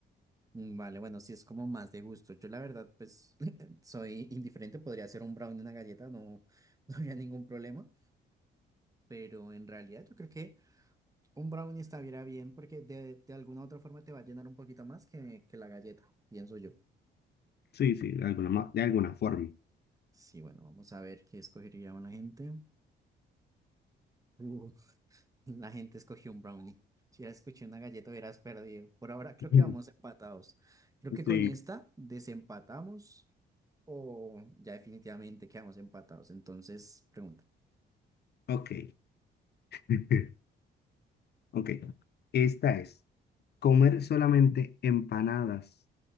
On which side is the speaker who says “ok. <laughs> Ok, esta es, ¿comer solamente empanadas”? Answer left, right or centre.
Left